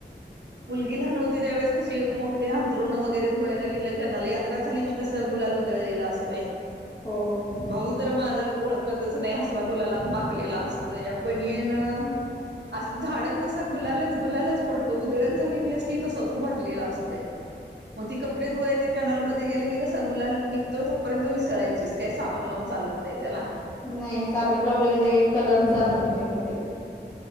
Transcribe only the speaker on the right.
मुलगी लहान होती त्यावेळे क- मोठे अंथरुण वगैरे धुवायला गेलं कि, नल यात्रा झाली की कसं गुलाल उदळलेला असतोय.
भाऊ तर माझा ओळखतच नाही, असला गुलालात माकलेला असत- त अ बनीयन- असं झाडाल तसा गुलालच, गुलालच पडतो उधळण झालेली असती तस तो भरलेला असतंय. मग ती कपडे धुवाय त्या कँनलमध्ये गेले की, कसा गुलाल निघतोय तोपर्यंत विसरायचीस काय साबण लावून- चालत नाही, त्याला-
हम्म